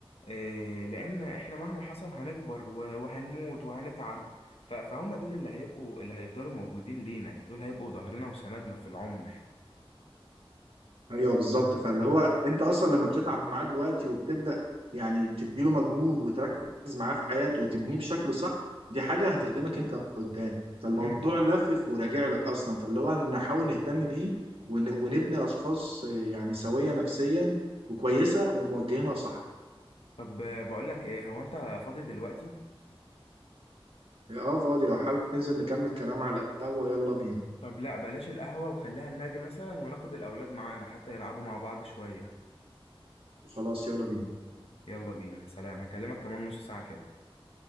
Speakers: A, on the left; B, on the right.
A: آه، لان احنا مهما حصل هنكبر و- وهنموت وهنتعب ف- فهم دول اللي هيبقوا اللي هيفضلوا موجودين لينا دول هيبقوا ظهرنا وسندنا في العمر
B: ايوه بالظبط فاللي هو انت اصلا لما بتتعب معاه دلوقتي وبتبدا يعني بتديله مجهود وتركز معاه في حياته وتبنيه بشكل صح دي حاجه هتخدمك انت قدام فالموضوع
A: مم.
B: لافف وراجع لك اصلا فاللي هو نحاول نهتم بيه ون- ونبني اشخاص آه، يعني سويه نفسيا وكويسه وموجهينها صح
A: طب آه، بقول لك ايه هو انت فاضي دلوقتي
B: اه فاضي لو حابب ننزل نكمل كلام على القهوة يلا بينا
A: طب لا بلاش القهوة وخليها النادي مثلا وناخد الاولاد معانا حتى يلعبوا مع بعض شوية
B: خلاص يلا بينا
A: يلا بينا سلام هكلمك كمان نص ساعة كده